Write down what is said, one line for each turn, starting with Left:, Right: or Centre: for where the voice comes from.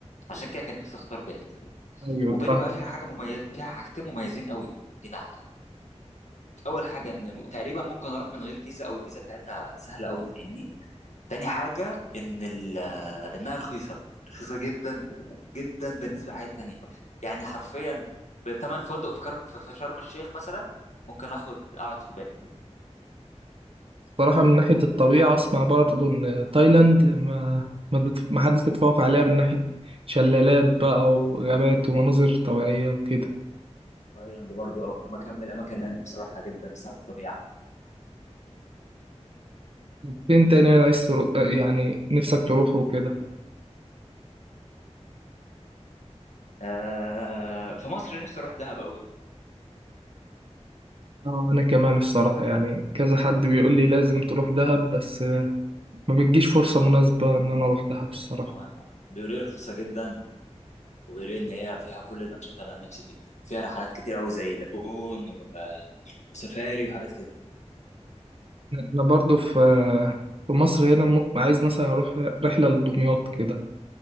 Left: عشان كده كان نفسي اختار بالي
Right: ايوه
Left: وبالي
Right: فاهم
Left: بقى فيها حاجه مميزه فيها حاجتين مميزين قوي لينا احنا اول حاجه ان تقريبا ممكن اروح من غير فيزا او الفيزا بتاعتها سهله قوي فاهمني تاني حاجه ان ال- انها رخيصه رخيصه جدا جدا بالنسبه لحاجات تانية يعني حرفيا بتمن فندق في كرم في في شرم الشيخ مثلا ممكن اخد اقعد في بالي
Right: صراحة من ناحية الطبيعة اسمع برضه ان تايلاند ما ما, بتف... ما حدش يتفوق عليها من ناحية شلالات بقى وغابات ومناظر طبيعية وكده
Left: تايلاند برضو مكان من الاماكن اللي انا نفسي اروحها جدا بسبب الطبيعه
Right: طب فين تاني أنا عايز ترو... آه، يعني نفسك تروحه وكده
Left: آه في مصر نفسي اروح دهب قوي
Right: اه انا كمان الصراحة يعني كذا حد بيقول لي لازم تروح دهب بس آه، ما بتجيش فرصة مناسبة ان انا اروح دهب الصراحة
Left: وانا بيقولوا لي رخيصه جدا وبيقولوا لي ان هي فيها كل الانشطه اللي انا نفسي فيها فيها رحلات كتير قوي زي لاجون و- آه، وسفاري وحاجات كده
Right: انا برضو في في مصر هنا م- عايز مثلا اروح رحله لدمياط كده